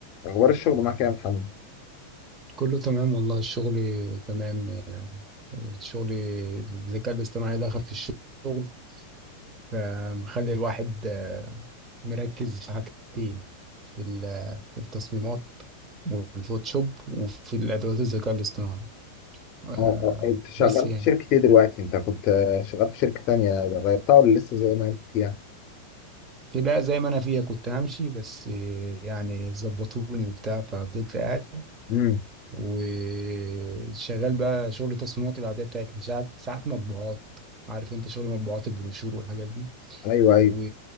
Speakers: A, on the left (about 40°); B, on the right (about 25°).
A: اخبار الشغل معاك إيه يا محمد
B: كله تمام والله الشغل تمام الشغل الذكاء الاصطناعي دخل في الشغل فمخلي الواحد آه، مركز في حاجتين في ال- في التصميمات والفوتوشوب وفي الأدوات الذكاء الاصطناعي آه،
A: اه آه، انت شغال
B: بس يعني
A: في شركة ايه دلوقتي انت كنت آه، شغال في شركة تانية غيرتها ولا لسه زي ما انت فيها
B: كده زي ما أنا فيها كنت همشي بس آه، يعني ظبطوني وبتاع ففضلت قاعد
A: امم
B: وشغال بقى شغل التصميمات العادية بتاعتنا ساعات ساعات مطبوعات عارف انت شغل مطبوعات البروشور والحاجات دي
A: ايوه ايوه
B: و...